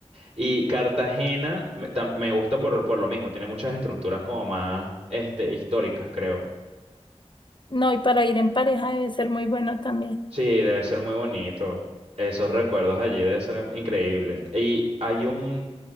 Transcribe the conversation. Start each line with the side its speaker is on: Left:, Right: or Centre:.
Right: y Cartagena me, tam- me gusta por, por lo mismo. Tiene muchas estructuras como más este, históricas, creo.
Left: No, y para ir en pareja debe ser muy bueno también.
Right: Sí, debe ser muy bonito. Esos recuerdos allí debe ser increíble. Y hay un...